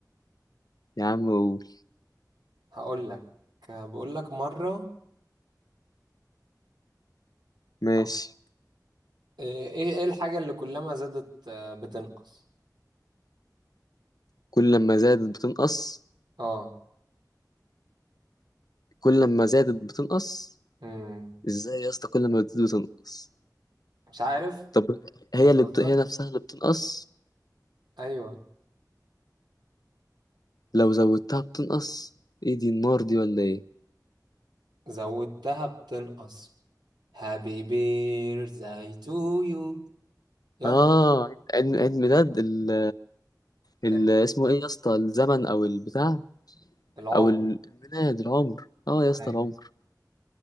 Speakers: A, on the left (about 60°); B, on the right (about 80°).
A: يا عم قول
B: هقول لك بقول لك مرة
A: ماشي
B: اه ايه ايه الحاجة اللي كلما زادت آه، بتنقص
A: كل لما زادت بتنقص
B: اه
A: كل لما زادت بتنقص
B: امم
A: ازاي يا اسطى كل ما بتزيد بتنقص
B: مش عارف
A: طب هي
B: بتهزر
A: اللي بت... هي نفسها اللي بتنقص
B: ايوه
A: لو زودتها بتنقص ايه دي النار دي ولا ايه
B: زودتها بتنقص هابي بير زي تو يو يلا
A: اه عيد عيد عيد ميلاد ال... ال...
B: ال-
A: اسمه ايه يا اسطى الزمن او البتاع
B: العمر
A: او ال- الميلاد العمر اه يا اسطى
B: أيوة.
A: العمر